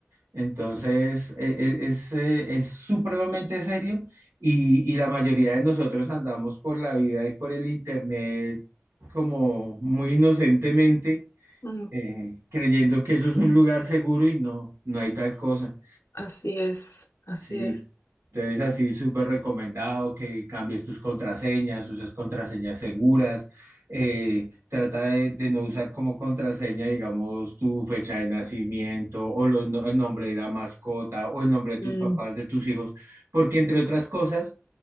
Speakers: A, on the right; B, on the left.
A: Entonces, e- e- es, eh, es supremamente serio y, y la mayoría de nosotros andamos por la vida y por el internet como muy inocentemente,
B: Mm,
A: eh, creyendo que eso es un lugar seguro y no, no hay tal cosa.
B: así es, así
A: Sí,
B: es.
A: entonces así súper recomendado que cambies tus contraseñas, uses contraseñas seguras, eh, trata de, de no usar como contraseña, digamos, tu fecha de nacimiento o los no- el nombre de la mascota o el nombre de tus
B: Mm,
A: papás, de tus hijos, porque entre otras cosas,